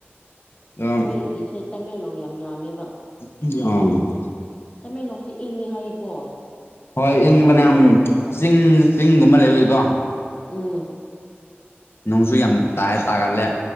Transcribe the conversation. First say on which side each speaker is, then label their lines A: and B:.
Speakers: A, on the left; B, on the left.
A: ꯑꯗꯣ
B: ꯑꯩꯈꯣꯏꯒꯤꯁꯦ ꯇꯃꯦꯡꯂꯣꯡ ꯌꯥꯝ ꯌꯥꯝꯃꯦꯕ
A: ꯑ
B: ꯇꯃꯦꯡꯂꯣꯡꯁꯦ ꯏꯪꯉꯦ ꯍꯥꯏꯌꯦꯀꯣ
A: ꯍꯣꯏ ꯏꯪꯕꯅꯌꯥꯝ ꯆꯤꯡ
B: ꯎꯝ
A: ꯆꯤꯡꯒꯨꯝꯕ ꯂꯩꯕꯏꯀꯣ
B: ꯎꯝ
A: ꯅꯨꯡꯁꯨ ꯌꯥꯝ ꯇꯥꯏꯑ ꯇꯥꯒꯠꯂꯦ